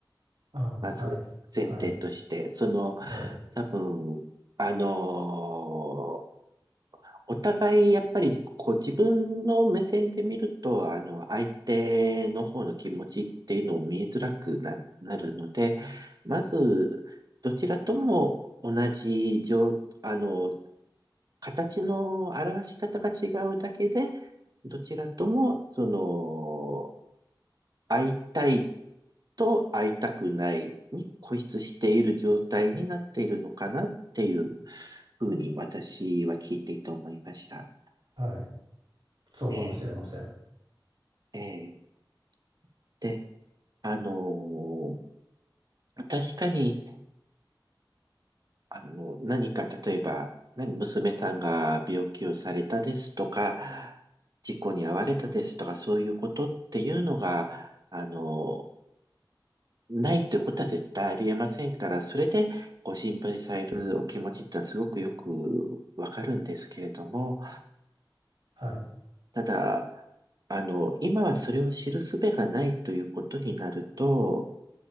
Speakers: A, on the right (about 80°); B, on the right (about 50°).
A: ああ、
B: まず、
A: はい、
B: 前提として、
A: はい、
B: その、
A: はい、
B: 多分、あのお互い、やっぱり、こう、自分の目線で見ると、あの、相手の方の気持ちっていうのを見えづらくな、なるので、まず、どちらとも同じ状、あの、形の表し方が違うだけで、どちらとも、その、会いたいと会いたくないに固執している状態になっているのかなっていうふうに、私は聞いていて思いました。
A: はい、そうかもしれません。
B: ええええで、あのー確かに、あの、何か、例えば、ね娘さんが病気をされたですとか、事故に遭われたですとか、そういうことっていうのが、あのないということは絶対ありえませんから、それでご心配されるお気持ちってのはすごくよくわかるんですけれども、
A: はい。
B: ただ、あの、今はそれを知る術がないということになると、